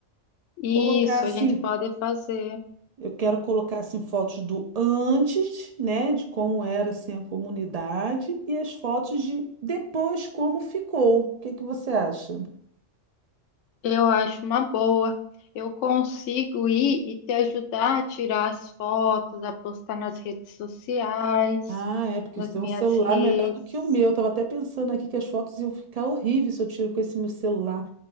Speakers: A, on the left; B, on the right.
A: Isso,
B: Colocar, assim,
A: a gente pode fazer.
B: Eu quero colocar assim fotos do antes, né, de como era assim a comunidade e as fotos de depois como ficou. O que que você acha?
A: Eu acho uma boa. Eu consigo ir e te ajudar a tirar as fotos, a postar nas redes sociais,
B: Ah, é, porque
A: nas
B: você tem
A: minhas
B: um celular
A: redes.
B: melhor do que o meu. Eu tava até pensando aqui que as fotos iam ficar horríveis se eu tiro com esse meu celular.